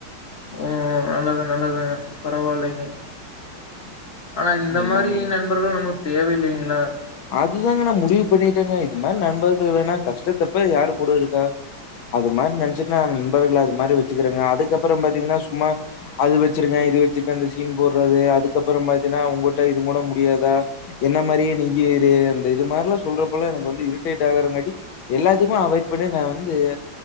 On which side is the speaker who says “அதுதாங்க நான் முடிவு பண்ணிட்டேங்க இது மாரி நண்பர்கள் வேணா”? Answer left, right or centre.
Left